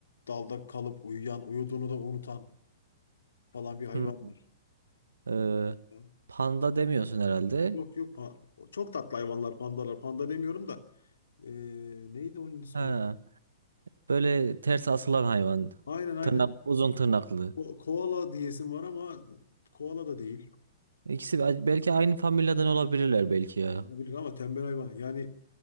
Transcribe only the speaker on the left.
Dalda kalıp uyuyan, uyuduğunu da unutan falan bir hayvan
var.
Ha?
Yok yok. pa- Çok tatlı hayvanlar pandalar. Panda demiyorum da. Ee, neydi onun ismi?
Aynen aynen.
Ko koala diyesim var ama koala da değil.
Olabilir ama tembel hayvan. Yani